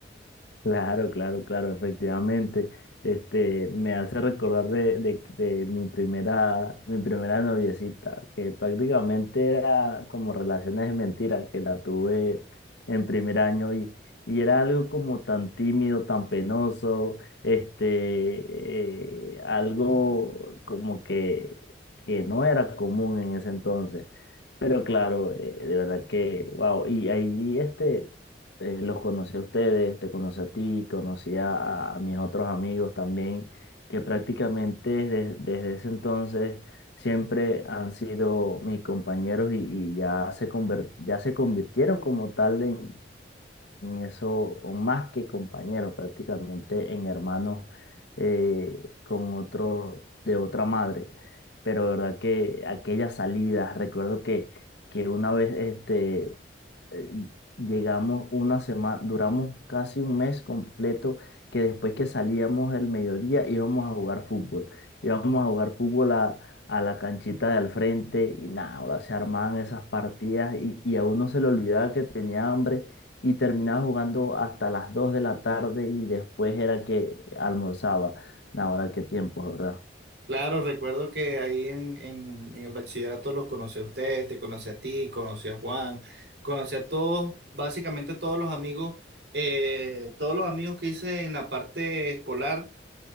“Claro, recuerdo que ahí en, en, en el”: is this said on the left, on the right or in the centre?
Right